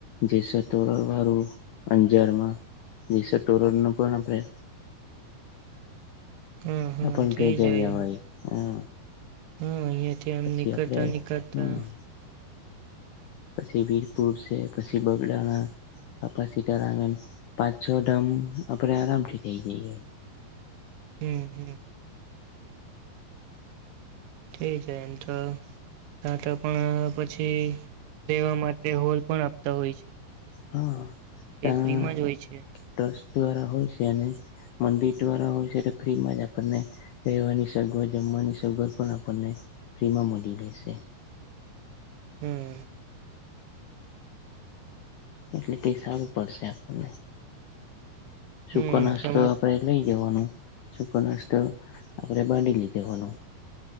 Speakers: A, on the left (about 80°); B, on the right (about 70°).
A: જેસલ તોરલ વારુ અંજારમાં, જેસ તોરલ નું પણ આપણે
B: હું હા
A: આપણ
B: ઠી
A: કઈ જઈ
B: જાય
A: આવાય
B: હું
A: હા
B: અહીંયે. થી એમે
A: પછી
B: નીકળતા
A: આપડે
B: નીકળતા,
A: હમ પછી વીરપુર છે, પછી બગદાણા બાપા સીતારામ એમ પાંચ છ ધામ આપડે આરામ થી થઇ જાય.
B: હમ હમ થઈ જાય એમ તો તાતો પણ પછી, લેવા માટે હોલ પણ આપતા હોય છે,
A: હા
B: તે
A: ત્યાં
B: ફ્રીમાં જ હોય છે,
A: ટ્રસ્ટ દ્વારા હોય છે, અને મંદિર દ્વારા હોય છે, એ ફ્રીમાં જ આપણને રહેેવાની સગવડ જમવાની સગવડ પણ આપણને ફ્રીમાં મળી રહેશે,
B: હમ
A: એટલે ક સારું પડશે આપણે સુકો
B: હમ
A: નાસ્તો
B: તેમજ
A: આપણે, લઈ જવાનું શૂકો નાસ્તો આપણે બાંધી લઈ જવાનું,